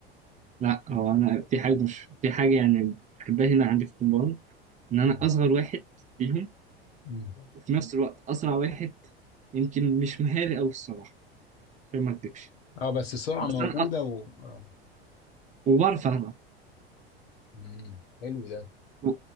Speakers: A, on the right (about 25°); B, on the left (about 70°).
A: لا هو أنا في حاجة مش في حاجة يعني بحبها هنا عندي في الكومباوند إن أنا
B: مم.
A: أصغر واحد فيهم
B: مم.
A: وفي نفس الوقت أسرع واحد يمكن مش مهاري أوي الصراحة عشان ما أكدبش
B: اه بس السرعه
A: بس
B: موجوده
A: أنا أ-
B: و اه
A: وبعرف ألعب
B: مم. حلو ده
A: و-